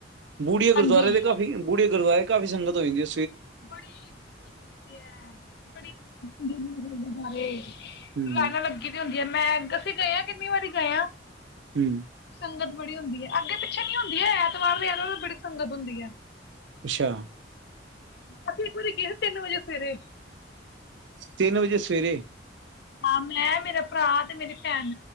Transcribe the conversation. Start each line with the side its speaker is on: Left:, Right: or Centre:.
Right: ਮੂੜੀ ਗੁਰਦੁਆਰੇ
Left: ਹਾਂਜੀ
Right: ਦੇ ਕਾਫੀ ਮੂੜੀ ਗੁਰਦੁਆਰੇ ਕਾਫੀ ਸੰਗਤ ਹੋਏਗੀ
Left: ਬੜੀ ਦੂਰ ਤਕ ਹੁਣੀ ਹੈ ਬੜੀਾਰੇਨਾਂ
Right: ਹੂੰ
Left: ਲੱਗੀ ਦੀ ਹੁੰਦੀ ਹੈ ਮੈਂ ਤੁਸੀ ਕਿਹਾ ਹੈ ਕਿੰਨੀ ਵਾਰੀ ਗਾਇਆ
Right: ਹੂੰ
Left: ਸੰਗਤ ਬੜੀ ਹਦੀ ਹੈ ਅੱਗੇ ਪਿੱਛੇ ਨੀ ਹੁੰਦੀ ਐਤਵਾਰ ਐਤਵਾਰ ਬੜੀ ਸੰਗਤ ਹੁੰਦੀ ਹੈ
Right: ਅੱਛਾ
Left: ਅਸੀਂ ਘਰੇ ਗਏ ਸੀ ਤਿੰਨ ਵਜੇ ਸਵੇਰੇ
Right: ਤਿੰਨ ਵਜੇ ਸਵੇਰੇ
Left: ਹਾਂ ਮੈਂ ਮੇਰਾ ਭਰਾ ਤੇ ਮੇਰੀ ਭੈਣ